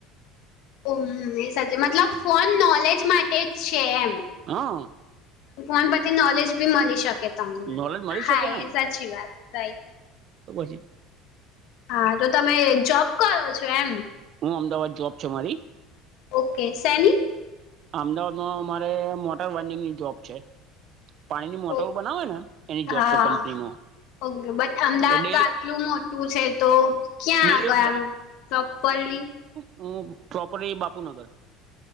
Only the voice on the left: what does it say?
હમ એ સાચે મતલબ ફોન નોલેજ માટે જ છે એમ.
ફોન પરથી નોલેજ બી મળી શકે તમને
હા
એ સાચી વાત રાઈટ
હા તો તમે જોબ કરયો છો એમ
ઓકે શેની?
ઓ
હા
ઓકે બટ અમદાવાદ
તો આટલું મોટું છે તો ક્યાં
આગળ આમ પ્રોપરલી?